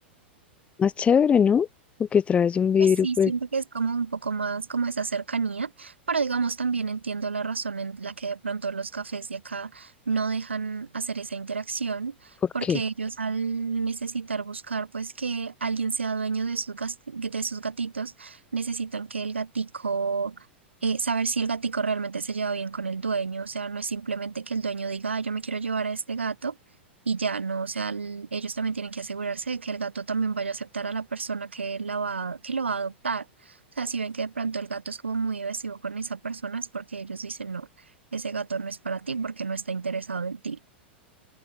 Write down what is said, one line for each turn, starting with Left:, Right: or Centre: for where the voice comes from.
Left: Más chévere, ¿no? Porque a través de un vidrio,
Right: Pues sí,
Left: pues,
Right: siento que es como un poco más como esa cercanía, pero digamos también entiendo la razón en la que de pronto los cafés de acá no dejan hacer esa interacción,
Left: ¿por
Right: porque
Left: qué?
Right: ellos al necesitar buscar pues que alguien sea dueño de sus, gas- de sus gatitos, necesitan que el gatico, eh, saber si el gatico realmente se lleva bien con el dueño, o sea, no es simplemente que el dueño diga, "Ah, yo me quiero llevar a este gato y ya no, o sea, el- ellos también tienen que asegurarse de que el gato también vaya a aceptar a la persona que, la va, que lo va a adoptar. O sea, si ven que de pronto el gato es como muy evasivo con esa persona, es porque ellos dicen, no, ese gato no es para ti porque no está interesado en ti.